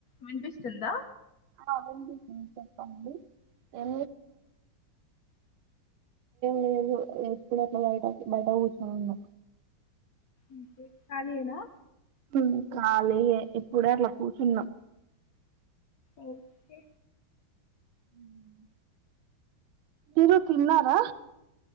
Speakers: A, on the left (about 55°); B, on the right (about 85°).
A: వినిపిస్తుందా
B: ఆ విన్పిస్సుంది చెప్పండి. ఏం లేదు ఇప్పుడే అట్లా బయటకి బయట కూర్చోనున్న
A: ఇంకే కలియేనా
B: ఉ కాలియే ఇప్పుడే అట్లా కూచ్చున్నా
A: ఓకే
B: హ్మ్ మీరు తిన్నారా